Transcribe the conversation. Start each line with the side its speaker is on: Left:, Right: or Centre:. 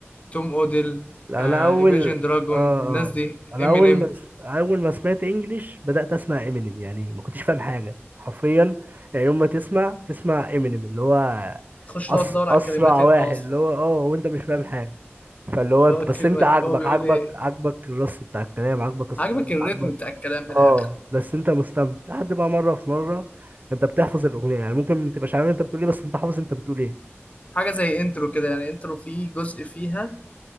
Left: توم اوديل
Right: لا
Left: آه،
Right: انا اول
Left: ايميجين دراجون
Right: اه اه
Left: الناس دي
Right: انا
Left: امينيم
Right: اول ما اول ما سمعت انجليش بدات اسمع امينيم يعني ما كنتش فاهم حاجه حرفيا يعني يوم ما تسمع تسمع امينيم اللي هو
Left: تخش تقعد
Right: أس...
Left: تدور على
Right: اسرع
Left: الكلمات انت
Right: واحد
Left: اصلا
Right: اللي هو اه وانت مش فاهم حاجه فاللي هو
Left: اللي
Right: انت
Left: هو الكلمه
Right: بس انت عاجبك
Left: هو بيقول
Right: عاجبك
Left: ايه
Right: عاجبك الرص بتاع الكلام عاجبك الصوت
Left: عاجبك الريتم
Right: عاجبك
Left: بتاع الكلام من الاخر
Right: اه بس انت مستمتع لحد بقى مره في مره انت بتحفظ الاغنيه يعني ممكن ما تبقاش عارف انت بتقول ايه بس انت حافظ انت بتقول ايه
Left: حاجه زي انترو كده يعني انترو فيه جزء فيها